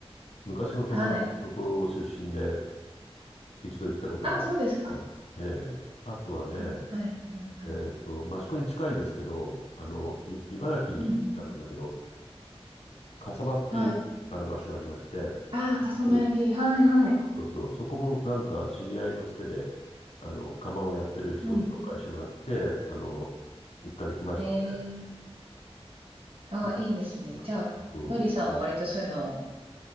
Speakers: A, on the left; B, on the right.
A: 昔の友達のとこ出身で、
B: はい。
A: 一度行ったことがありますね。
B: ああ、そうですか。
A: ええあとはね、
B: あはい。うんうん。
A: えっと、益子に近いんですけど、あの、い茨城になるんだけど、
B: うんうん
A: 笠間っていうあの場所がありまして、
B: はい。
A: やっ
B: ああ、笠間焼き。
A: ぱり
B: はいはい。
A: そうそう、そこもなんか知り合いのつてで、あの、窯をやってる人を紹介してもらって、
B: うん。
A: あの、一回行きましたね。
B: へえ。ああ、
A: も
B: いいですね。
A: うあそう
B: じゃあ、のりさんも割とそういうのを
A: そう